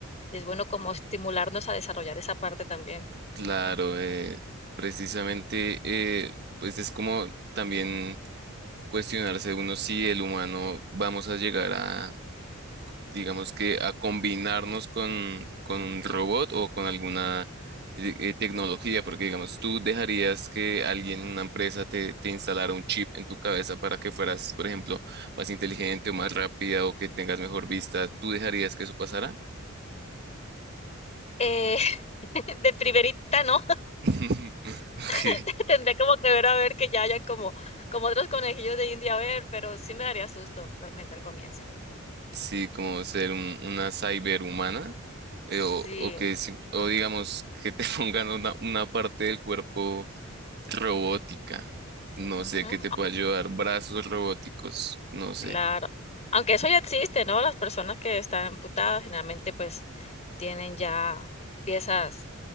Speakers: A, on the left; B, on the right.
A: y es bueno como estimularnos a desarrollar esa parte también.
B: Claro, eh, precisamente eh, pues es como también cuestionarse uno si el humano vamos a llegar a, digamos que a combinarnos con, con un robot o con alguna eh, eh, tecnología, porque digamos, tú dejarías que alguien, una empresa, te, te instalara un chip en tu cabeza para que fueras, por ejemplo, más inteligente o más rápida o que tengas mejor vista, ¿tú dejarías que eso pasara?
A: Eh, <laughs> de primerita no,
B: <laughs> Ok,
A: <laughs> tendría como que ver a ver que ya hayan como, como otros conejillos de India, a ver, pero sí me daría susto realmente al comienzo.
B: Sí, como ser un- una cyberhumana. eh,
A: Sí.
B: o, o que sim- o digamos que te <laughs> pongan una, una parte del cuerpo Robótica. No
A: Ujú.
B: sé qué te puede ayudar. Brazos robóticos. No sé.
A: Claro. Aunque eso ya existe, ¿no? Las personas que están amputadas generalmente pues tienen ya piezas,